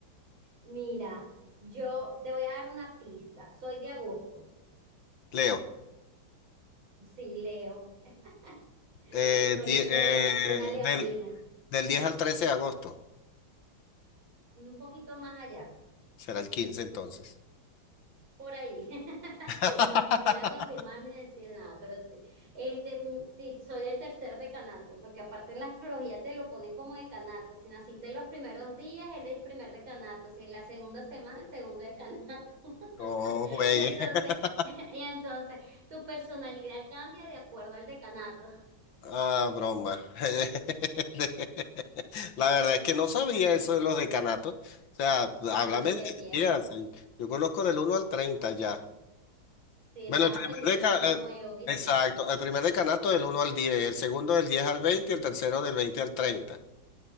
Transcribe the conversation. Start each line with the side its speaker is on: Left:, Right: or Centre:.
Right: Mira, yo te voy a dar una pista. Soy de agosto.
Left: Leo?
Right: Sí, Leo. <laughs>
Left: Eh,
Right: Soy
Left: di-
Right: león,
Left: eh,
Right: una leonina.
Left: del, del 10 al 13 de agosto.
Right: Un poquito más allá.
Left: Será el 15, entonces.
Right: Por ahí. <laughs>
Left: <laughs>
Right: No, no voy a confirmar ni decir nada, pero sí. Este, mm, sí, soy del tercer decanato, porque aparte en la astrología te lo ponen como decanato. Si naciste en los primeros días, eres el primer decanato. Si en la segunda semana, el segundo decanato. <laughs>
Left: No juegue.
Right: Y entonces,
Left: <laughs>
Right: <laughs> y entonces, tu personalidad cambia de acuerdo al decanato.
Left: Ah, broma. <laughs> La verdad es que no sabía eso de los decanatos. O sea, háblame
Right: Ah, viste,
Left: de
Right: tía,
Left: días. Yo conozco del uno al 30 ya.
Right: si estás
Left: Bueno, el primer
Right: aprendiendo
Left: deca-
Right: algo nuevo,
Left: eh,
Right: viste,
Left: exacto, el primer decanato del uno al 10, el segundo del 10 al 20, y el tercero del 20 al 30.